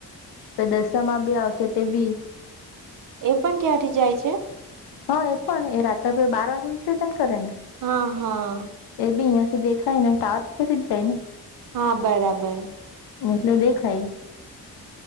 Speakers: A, on the left; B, on the right.
A: પ, દસમાં બી આવસે તે બી.
B: એ પન ટ્યાથી જાય છે.
A: હ એ પણ એ રાતભ બાર વાગે વિસર્જન કરે ને.
B: હા હા
A: એ બી ઈયાથી દેખાય ને ટાર પાસેથી જ જાય ને.
B: હા બરાબર.
A: એટલે દેખાય.